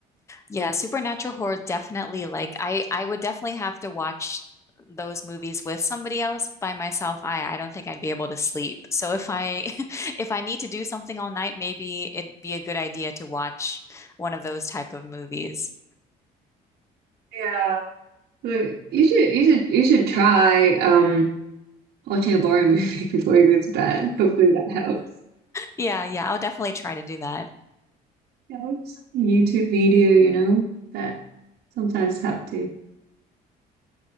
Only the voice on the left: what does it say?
Yeah, supernatural horror definitely like I I would definitely have to watch those movies with somebody else by myself. I I don't think I'd be able to sleep. So if I <laughs> if I need to do something all night, maybe it'd be a good idea to watch one of those type of movies.
Yeah, yeah, I'll definitely try to do that.